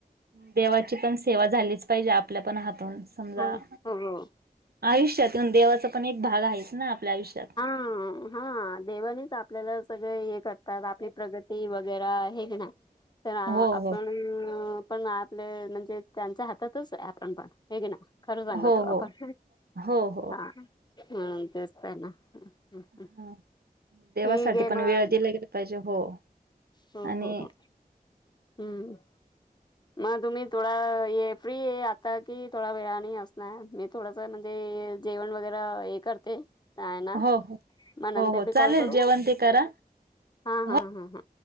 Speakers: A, on the right; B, on the left.
A: देवाची पण सेवा झालीच पाहिजे आपल्या पण हातून समजा
B: हा हो हो
A: आयुष्यात देवाचा पण एक भाग आहेच ना आपल्या आयुष्यात
B: ह हा देवानीच आपल्याला सगळे य करतात आपली प्रगती वगैर हे ना तर आपण
A: हो हो.
B: पण आपल म्हणजे त्यांच्या हातातच आपण पण हे की ना खरं सांगतो
A: हो हो.
B: आपण
A: हो हो.
B: हा तेच तर आहे ना हम्म,
A: हा
B: हम्म.
A: देवासाठी
B: ठीक आहे
A: पण
B: मग
A: वेळ दिला गेला पाहिजे हो
B: हो
A: आणि
B: हो हो हम्म मग तुम्ही थोडा ये फ्री आहे आता की थोडा वेळाने आणि असणार मी थोडा म्हणजे जेवण वगैरे हे करते काय ना
A: हो हो
B: मग नंतर
A: हो हो
B: मी
A: चालेल
B: कॉल करू?
A: जेवण ते करा
B: हा हा
A: हो
B: ह ह